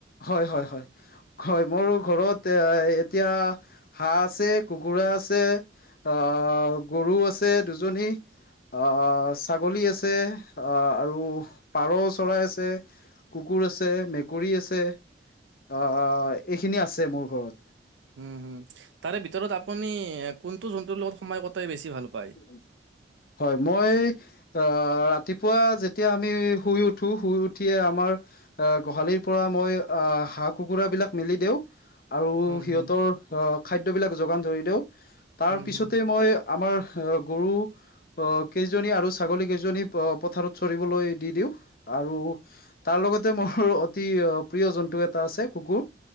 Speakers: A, on the left (about 50°); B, on the right (about 80°).
A: হয় হয় হয়। হয় মোৰ ঘৰত এয়া এতিয়া হাঁহ আছে কুকুৰা আছে। আহ গৰু আছে দুজনী। আঁহ ছাগলী আছে, আঁহ আৰু পাৰ চৰাই আছে। কুকুৰ আছে মেকুৰী আছে আঁহ এইখিনি আছে মোৰ ঘৰত।
B: উম হুম, তাৰে ভিতৰত আপুনি কোনটো জন্তুৰ লগত সময় কটাই বেছি ভাল পায়?
A: হয় হয় মই, অহ ৰাতিপুৱা যেতিয়া আমি শুই উঠো শুই উঠিয়ে আমাৰ এ গোহালিৰ পৰা মই আহ হাঁহ কুকুৰা বিলাক মেলি দিওঁ। আৰু
B: উম,
A: সিহঁতৰ
B: হুম,
A: আহাৰ খাদ্যবিলাক যোগান ধৰি দিওঁ। তাৰ
B: হুম,
A: পিছতে
B: হুম,
A: মই আমাৰ অহ গৰু, আহ কেইজনী আৰু ছাগলী কেইজনী অ পথাৰত চৰিবলৈ দি দিওঁ, আৰু তাৰ লগতে মোৰ অতি প্ৰিয় জন্তু এটা আছে কুকুৰ।